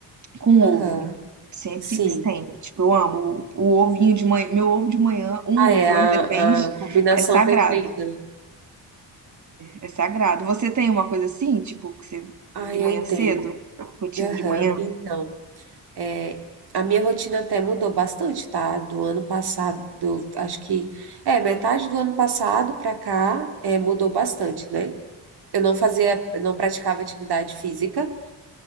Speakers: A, on the right (about 45°); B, on the right (about 65°).
A: com
B: Aham.
A: ovo. Sempre,
B: Sim.
A: sempre. Tipo, eu amo. O, o ovinho de manhã, meu ovo de manhã, um
B: Ah,
A: ou
B: é
A: dois,
B: a,
A: depende,
B: a combinação
A: é sagrado.
B: perfeita, né?
A: É sagrado. Você tem uma coisa assim, tipo, que você,
B: Ah,
A: de
B: eu
A: manhã
B: tenho.
A: cedo? Rotina
B: Aham.
A: de manhã?
B: Então. É, a minha rotina até mudou bastante, tá? Do ano passado, do- acho que é metade do ano passado para cá, é, mudou bastante, né? Eu não fazia, eu não praticava atividade física.